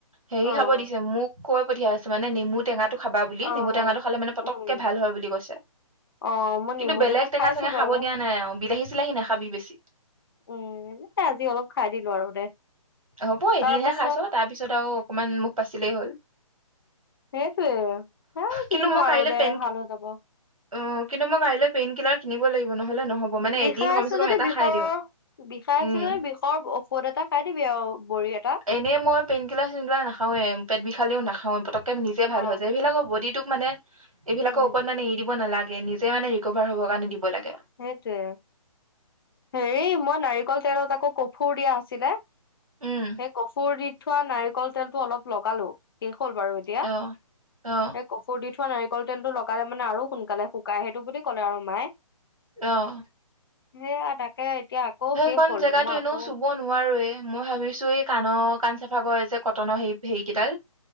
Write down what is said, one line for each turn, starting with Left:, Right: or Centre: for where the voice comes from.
Right: হেৰি
Left: অ
Right: খাব দিছে মোক কৈ পঠিয়াইছে মানে নিমু টেঙাটো। খাবা বুলি
Left: অ
Right: নেমু টেঙাটো খালে মানে পটককে
Left: উম
Right: ভাল হয় বুলি কৈছে।
Left: অ মই
Right: কিন্তু
Left: নেমু
Right: বেলেগ টেঙা
Left: খাইছো
Right: চেঙা
Left: বাৰু
Right: খাব দিয়া নাই অ বিলাহী চিলাহী নাখাবি বেছি।
Left: উম এ আজি অলপ খাই দিলো আৰু দে
Right: হ'ব এদিনহে
Left: তাৰ পাছত
Right: খাইছ তাৰ পিছত আৰু অকমান মুখ পাছিলেই হ'ল।
Left: সেইটোৱে এই
Right: কিন্তু
Left: কিনো
Right: মই
Left: আৰু
Right: কাইলৈ
Left: দে
Right: পেইন
Left: ভাল হৈ যাব।
Right: অ কিন্তু মই কাইলৈ পেইন কিলাৰ কিনিব লাগিব নহলে। নহ'ব মানে
Left: বিষাই
Right: এদিন কমচে
Left: আছে
Right: কম
Left: যদি
Right: এটা
Left: বিষৰৰ
Right: খাই দিওঁ
Left: বিষাই
Right: উম
Left: আছে যদি বিষৰ ঔষধ এটা খাই দিবি আৰু। বড়ি এটা
Right: এনেই মই পেইন কিলাৰ চেইন কিলা নাখাওৱে পেট বিষালেও নাখাওে প। <unintelligible> একম নিজে
Left: অ
Right: ভাল হৈছে এইবিলাকৰ বডিটোক মানে এইবিলাকৰ
Left: উম
Right: ওপৰত মানে এৰি দিব নালাগে। নিজে মানে ৰিকভাৰ হব কাৰণ দিব লাগে।
Left: সেইটোৱে হেৰি মই নাৰিকল তেলত আকৌ কফুৰ দিয়া আছিলে।
Right: উম
Left: সেই কফুৰ দি থোৱা নাৰিকল তেলতটো অলপ লগালো। কল বাৰু এতিয়া
Right: অ অ
Left: একো মই নাৰিকল তেলতটো লগালে মানে আৰু সোনকালে শুকাই সেইটো বুলি ক'লে আৰু মায়ে
Right: আহ
Left: সেইয়া তাকে এতিয়া আকৌ
Right: সেইখনন
Left: শেষ হ'ল
Right: জেগাতো
Left: মই
Right: এনেও
Left: আকৌ
Right: চুব নোৱাৰোয়ে। মই ভাবিছো এই কাণৰ কাণ চাফা কৰে যে কটনৰ হ হেৰি কেইডাল